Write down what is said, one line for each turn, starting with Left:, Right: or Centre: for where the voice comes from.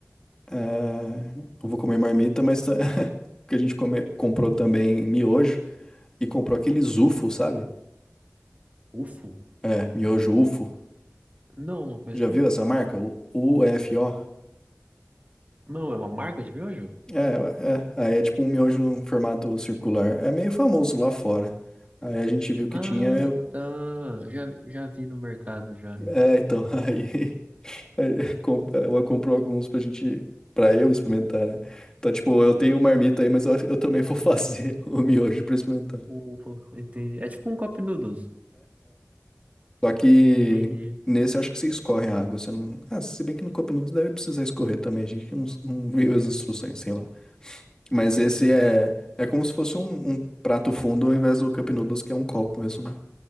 Left: ah, eu vou comer marmita, mas tá- <laughs> que a gente come- comprou também miojo e comprou aqueles UFO, sabe?
Right: Ufo.
Left: É, miojo UFO.
Right: Não, não conheço
Left: Já viu
Right: não.
Left: essa marca? O UFO?
Right: Não, é uma marca de miojo?
Left: É, é. Aí é tipo um miojo em formato circular. É meio famoso lá fora. Aí a gente viu que
Right: Ah,
Left: tinha. Eu...
Right: tá. Já, já vi no mercado já.
Left: É, então, <laughs> aí. Aí, <laughs> com- Ela comprou alguns pra gente, pra eu experimentar, né? Então, tipo, eu tenho uma marmita aí, mas eu, acho- eu também vou <laughs> fazer o miojo pra experimentar.
Right: Ufa, entendi. É tipo um cup noodles.
Left: Só que
Right: Entendi,
Left: nesse eu acho que você escorre a água, você não. Ah, se bem que no Cup Noodles deve precisar escorrer também, a gente não, não viu as instruções, sei lá. Mas esse
Right: entendi.
Left: é, é como se fosse um, um prato fundo ao invés do Cup Noodles, que é um copo mesmo. né?